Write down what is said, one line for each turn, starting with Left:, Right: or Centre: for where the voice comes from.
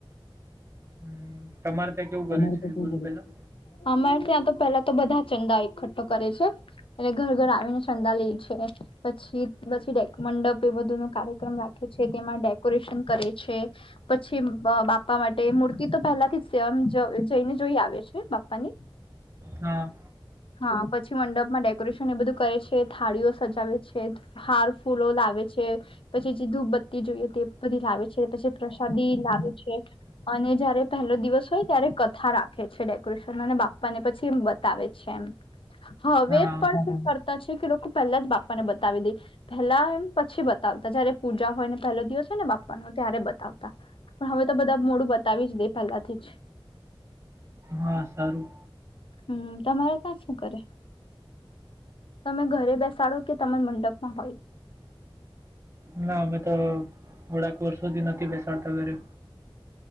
Right: હમ, તમારે ત્યાં કેવું કરે
Left: તમારે
Right: છે
Left: તો કેવું
Right: બોલો
Left: કરે
Right: પેલા.
Left: છે? અમારે ત્યાં તો પેલા તો બધા ચંદા એકઠો કરે છે. એટલે ઘર ઘર આવીને ચંદા લે છે. પછી પછી મંડપ એ બધું ન કાર્યક્રમ રાખે છે તેમાં ડેકોરેશન કરે છે. પછી બબાપા માટે મૂર્તિ તો પહેલાથી સેવા જ જઈને જોઈ આવે છે બાપા ની
Right: હા
Left: હા પછી મંડપમાં ડેકોરેશન એ બધું કરે છે થાળીઓ સજાવે છે. હાર ફૂલો લાવે છે. પછી જે ધૂધબત્તી જોઈએ તે બધી લાવે છે પછી પ્રસાદી લાવે છે. અને જયારે પહેલો દિવસ હોય ત્યારે કથા રાખે છે ડેકોરેશનમાં અને બાપ્પાને પછી એમ બતાવે છે. છે એમ હવે
Right: હા
Left: પણ શું કરતા છે કે લોકો પહેલા જ બાપા ને બતાવી દે પેલા એમ પછી બતાવતા જયારે પૂજા હોય ને પહેલો દિવસ હોય ને બાપ નો ત્યારે બતાવતા. પણ હવે તો બધા મોડું બતાવી જ દે પેલેથી જ
Right: હા સારું
Left: હમ તમારે ત્યાં શું કરે તમે ઘરે બેસાડો કે તમારા મંડપમાં હોય.
Right: ના અમે ધ થોડાક વર્ષોથી નથી બેસાડતા ઘરે